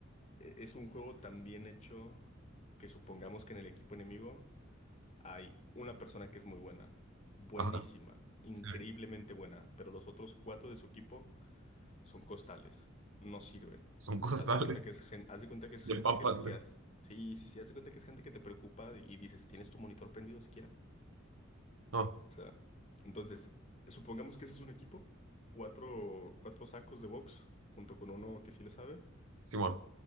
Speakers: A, on the left; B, on the right.
A: e-, es un juego tan bien hecho que supongamos que en el equipo enemigo hay una persona que es muy buena, buenísima,
B: Ajá,
A: increíblemente
B: sí,
A: buena, pero los otros cuatro de su equipo son costales, no sirven.
B: son costales
A: Haz de cuenta que es gente, haz de cuenta que es
B: de
A: gente
B: papas,
A: que, que
B: güey.
A: has- sí, sí, sí, haz de cuenta que es gente que te preocupa y dices, ¿tienes tu monitor prendido siquiera? O
B: No,
A: sea, entonces, supongamos que ese es un equipo, cuatro, cuatro sacos de box junto con uno que sí le sabe.
B: Simón.